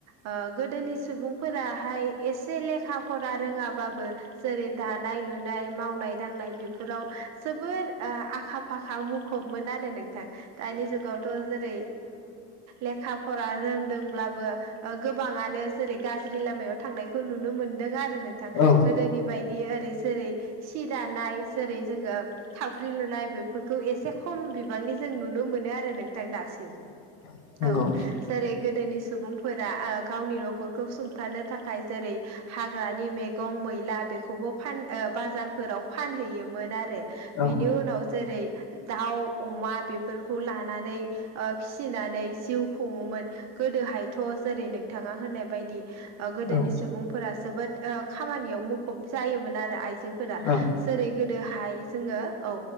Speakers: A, on the right; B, on the left.
A: ओ गोदोनि सुबुंफोराहाय एसे लेखा फरा रोङाबाबो जेरै दानाय लुनाय मावनाय दांनाय बेफोराव जोबोर आखा फाखा मुखुबमोन आरो नोंथां। दानि जुगावथ' जेरै लेखा फरा रोंदोंब्लाबो गोबाङानो जेरै गाज्रि लामायाव थांनायखौ नुनो मोनदों आरो आरो नोंथां
B: औ
A: गोदोनि बायदि ओरै सोरै सि दानाय सेरै जोङो थावख्रि लुनाय बेफोरखौ एसे खम बिबांनि जों नुनो मोनो आरो नोंथां दासिम
B: औ नंगौ
A: औ जेरै गोदोनि सुबुंफोरा गावनि न'खरखौ सुंथानो थाखाय जेरै हाग्रानि मैगं मैला बेखौबो फान बाजारफोराव फानहैयोमोन आरो
B: औ
A: बेनि उनाव जेरै दाउ अमा बेफोरखौ लानानै फिसिनानै जिउ खङोमोन गोदोहायथ' जेरै नोंथाङा होननाय बायदि गोदोनि
B: ओं ओं
A: सुबुंफोरा जोबोद खामानियाव मुखुब जायोमोन आरो आइजो फोर
B: औ
A: जेरै गोदोहाय जोङो औ